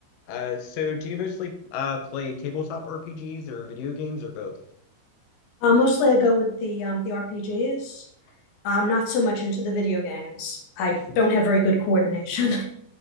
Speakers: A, on the left; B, on the left.
A: Uh, so do you mostly uh play tabletop RPGs or video games or both?
B: Uh, mostly I go with the um, the RPGs. I'm not so much into the video games. I don't have very good coordination.